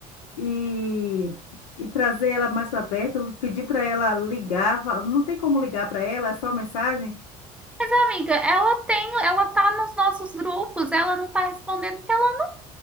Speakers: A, on the left; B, in the centre.
A: e, e trazer ela mais para perto, pedir para ela ligar. fa- Não tem como ligar para ela, é só mensagem?
B: Mas, amiga, ela tem, ela tá nos nossos grupos, ela não tá respondendo porque ela